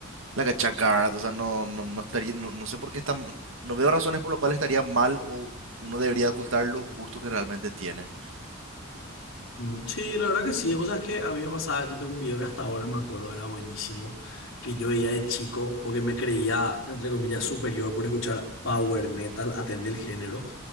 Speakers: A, on the right (about 65°); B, on the left (about 65°).
A: la cachacara, o sea, no, no, no estaría, no, no sé por qué están, no veo razones por las cuales estaría mal o uno debería ocultar los gustos que realmente tiene.
B: Mm, Sí, la verdad que sí. Vos sabés que a mí me pasaba, yo tengo un video que hasta ahora me acuerdo era buenísimo, que yo veía de chico porque me creía, entre comillas, superior por escuchar power metal, atender el género